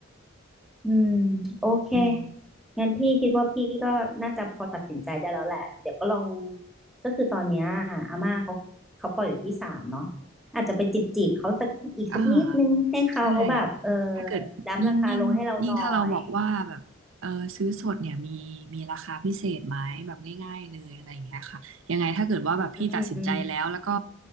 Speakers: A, in the centre; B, on the right (about 75°).
A: อืมโอเค
B: อืม
A: งั้นพี่คิดว่าพี่ก็น่าจะพอตัดสินใจได้แล้วแหละเดี๋ยวก็ลองก็คือตอนเนี้ยอาม่าเขาเขาปล่อยอยู่ที่สามเนาะอาจจะไปจีบจีบเขาสักอีกสักนิดนึงให้เขาแบบเออ
B: อ่าใช่ถ้าเกิดยิ่งยิ่งยิ่งถ้าเราบอกว่าแบบเออซื้อสดเนี่ยมีมีราคาพิเศษไหมแบบง่ายๆเลยอะไรอย่างเงี้ยค่ะยังไงถ้าเกิดว่าแบบพี่ตัดสินใจแล้วแล้วก็
A: ดั้มราคาลงให้เราหน่อยอืม